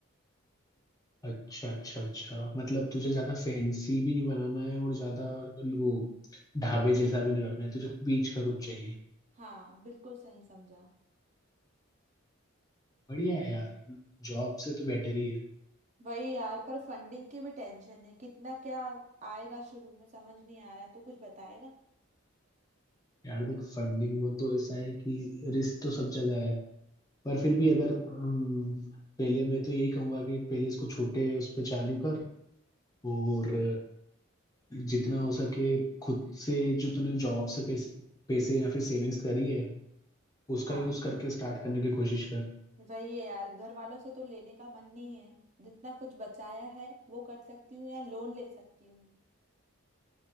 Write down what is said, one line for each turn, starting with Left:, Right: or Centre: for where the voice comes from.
Left: अच्छा अच्छा अच्छा मतलब तुझे ज्यादा फैंसी भी नहीं बनाना है और ज्यादा वो ढाबे जैसा भी नहीं रखना है तुझे बीच का कुछ चाहिए
Right: हाँ बिल्कुल सही समझा
Left: बढ़िया है यार जॉब से तो बेटर ही है
Right: वही यार पर फंडिंग की भी टेंशन है कितना क्या आएगा शुरू में समझ नहीं आ रहा है तू कुछ बताएगा
Left: यार देख फंडिंग वो तो ऐसा है कि रिस्क तो सब जगह है पर फिर भी अगर हम्म, पहले मैं तो यही कहूंगा कि पहले इसको छोटे उस पर चालू कर और जितना हो सके खुद से जो तूने जॉब से पैसे पैसे या फिर सेविंग्स करी है उसका
Right: हाँ
Left: यूज करके स्टार्ट करने की कोशिश कर
Right: वही है यार घर वालों से तो लेने का मन नहीं है जितना कुछ बचाया है वो कर सकती हूँ या लोन ले सकती हूँ